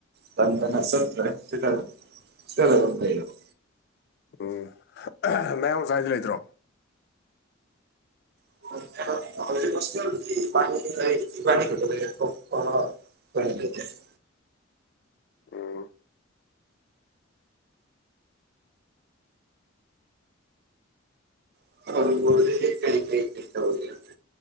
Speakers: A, on the right (about 50°); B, on the left (about 50°).
A: ꯇꯟꯗꯅ
B: ꯎꯝ
A: ꯆꯠꯇ꯭ꯔꯦ ꯗꯨꯒ ꯁ꯭ꯇꯦꯌꯔ ꯗ ꯑꯗꯨꯝ ꯂꯩꯌꯦꯕ
B: ꯎꯝ ꯃꯌꯥꯡ ꯃꯆꯥꯗꯤ ꯂꯩꯇ꯭ꯔꯣ
A: <unintelligible> <unintelligible>
B: ꯎꯝ
A: <unintelligible> <unintelligible>